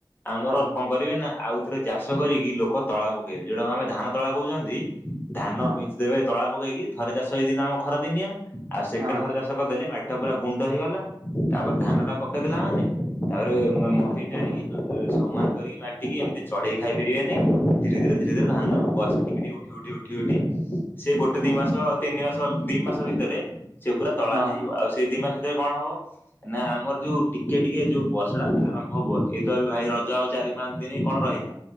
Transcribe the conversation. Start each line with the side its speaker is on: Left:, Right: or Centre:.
Left: ଆମର
Right: ହଁ
Left: କଣ କରିବେ ନା ଆଉଥରେ ଚାଷ କରିକି ଲୋକ ତଳା ପକେଇବେ ଯଉଟାକୁ ଆମେ ଧାନ ତଳା କହୁଛନ୍ତି। ଧାନ
Right: ହଁ
Left: ବିଞ୍ଚି ଦେବେ ତଳା ପକେଇକି ଥରେ ଚାଷ ହେଇଥିଲା ଆମ ଖରା ଦିନିଆଁ ଆଉ ସେକେଣ୍ଡ
Right: ହଁ
Left: ଥରେ
Right: ହଁ।
Left: ଚାଷ ଦେଲେ ମାଟି ଟା ପୁରା ଗୁଣ୍ଡ ହେଇଗଲା ତାପରେ ଧାନ ଟା ପକେଇଦେଲା ମାନେ ତାପରେ ମ ମହି ଟାଣିକି ଯୋ ସମାନ କରିକି ମାଟିକି ଏମିତି ଚଢେଇ ଖାଇ ପାରିବେନି। ଧୀରେ ଧୀରେ ଧୀରେ ଧରେ ଧାନ ଗଛ ଟିକେ ଟିକେ ଉଠି ଉଠି ଉ ଡିଉଟି ସିଏ ଗୋଟେ ଦି
Right: ଓ
Left: ମାସ ତିନି ମାସ ଦି ମାସ ଭିତରେ ସେ ପୁରା ତଳା
Right: ହଁ
Left: ହେଇଯିବ ଆଉ ସେଇ ଦି ମାସରେ ଭିତରେ କଣ ହବ? ନା ଆମର ଯୋଉ ଟିକେ ଟିକେ ଯୋଉ ବର୍ଷା ଟା ଆରମ୍ଭ ହବ ଏଇତ ଏବେ ଭାଇ ରଜ ଆଉ ଚାରି ପାଞ୍ଚ ଦିନ କଣ ରହିଲା